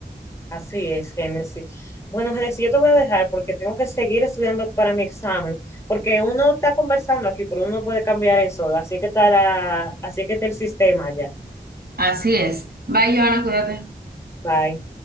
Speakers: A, on the left; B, on the right.
A: Así es, Génesis. Bueno, Génesis, yo te voy a dejar porque tengo que seguir estudiando para mi examen, porque uno está conversando aquí, pero uno no puede cambiar eso, así que está la, así que está el sistema ya.
B: Así es. Bye, Joana, cuídate.
A: Bye.